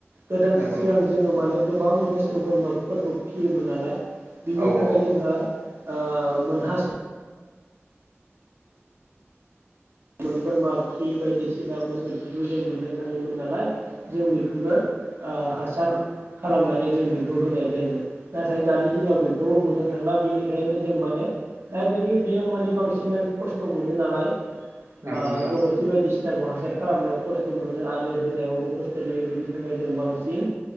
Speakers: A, on the right; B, on the right.
A: गोदान
B: नंगौ
A: सिगां
B: नोंथां
A: जोङो माने गोबां मो मोसौ बोरमाफोरखौ फियोमोन नालाय बिनि
B: औ
A: थाखाय
B: औ
A: जोंहा ओ मोनहासयै मोन बोरमा खि बायदिसिना मोसौ खिखौ जों मोननो थाङोमोन नालाय जों बेखौनो ओ हासार खालामनानै जों बेखौ होनाय जायोमोन नाथाय दानि दिनाव बेखौबो मोननो थांला बेनिखायनो जों माने डाइरेक्टलि बेयाव माने बांसिनानो खस्थ मोनो नालाय
B: नंगौ
A: ओ
B: नोंथां
A: गोबोरखि बायदिसिनाखौ खालामनायाव खस्थ मोनो आरो होनायावबो खस्थ मोनो बिनि थाखाय जों बांसिन